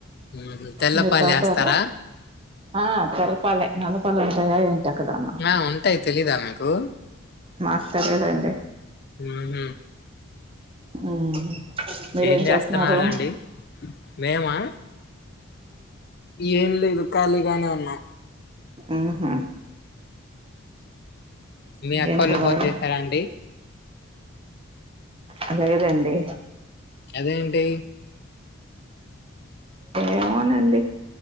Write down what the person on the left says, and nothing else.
ఉహు తెల్ల
పాలేస్తారా
ఆ ఉంటాయి తెలీదా మీకు
ఉహు
ఏం
చేస్తున్నారండి మేమా ఏం లేదు ఖాళీగానే ఉన్నా
మీ అక్కోళ్ళు
ఫోన్
చేసారాండి
అదేంటి